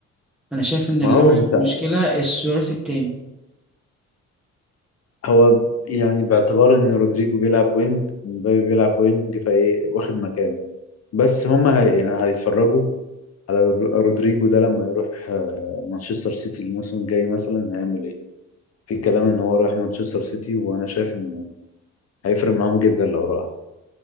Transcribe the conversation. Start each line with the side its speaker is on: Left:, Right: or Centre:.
Centre: انا شايف ان اللي
Left: ما هو
Centre: عامل
Left: مش
Centre: المشكلة الثلاثي التاني
Left: هو يعني باعتبار ان رودريجو بيلعب وينج ومبابي بيلعب وينج فايه واخد مكانه بس هما هي يعني هيتفرجوا على رو- رودريجو ده لما يروح آه، مانشستر سيتي الموسم الجاي مثلا هيعمل ايه في كلام ان هو رايح مانشستر سيتي وانا شايف انه هيفرق معاهم جدا لو راح